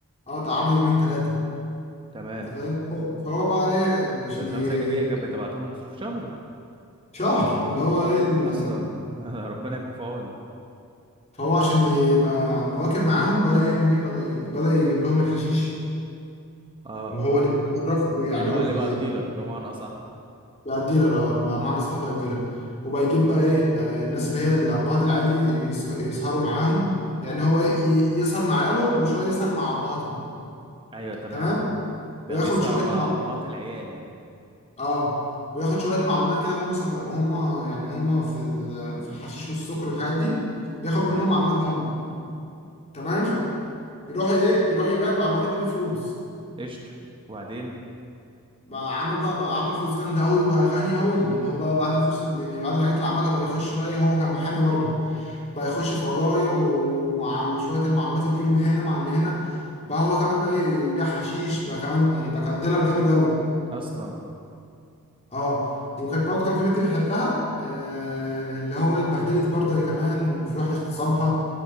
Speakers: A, on the left (about 30°); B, on the right (about 25°).
A: اه تقعده يومين ثلاثه
B: تمام
A: انت فاهم فهو فهو بقى ايه يعني عشان
B: والخمسة
A: ي...
B: جنيه دي كانت بتبعته له مصروف شهر
A: شهر اللي هو ايه إن...
B: اصلا <laughs> ربنا يكون في عونه
A: فهو عشان يبقى مواكب معاهم بدأ يعمل ايه بدأ ي... بدأ يجيب لهم الحشيش
B: اه
A: وهو اللي يتصرف ويعمله
B: يعني هو اللي
A: في
B: بقى الديلر بمعنى اصح
A: بقى الديلر اه مع- معنى صح بقى الديلر وبقى يجيب بقى ايه آه، الناس اللي هي ابهات العيال دي يس- يسهروا معاهم يعني هو ايه ي- يسهر مع عيالهم وشويه يسهر مع ابهاتهم
B: ايوه تمام
A: تمام
B: بقى
A: وياخد
B: بيسرع
A: شويه
B: مع
A: مع
B: ابهات العيال
A: اه وياخد شويه معلومات كده وهم سكر وهم يعني هم في ال- في الحشيش والسكر والحاجات دي ياخد
B: تمام
A: منهم معلومات جامده تمام يروح ايه يروح يبيع المعلومات دي بفلوس
B: قشطه وبعدين
A: بقى عمل بقى بقى عمل فلوس جامده قوي بقى غني قوي يعني هو بقى بعد الفلوس اللي- يعني بعد الحاجات اللي عملها بقى يخش بقى ايه هو كان محامي برضه بقى يخش في قضايا ومع شوية المعلومات اللي بتجيله من هنا مع اللي هنا بقى هو كمان بقى ايه وبيع حشيش بقى كمان يعني بقى كان ديلر جامد قوي
B: اصلا
A: اه وكانت برضه كان في بنت بيحبها آه اللي هو إيه، اتبهدلت برضه هي كمان وفي واحد اغتصبها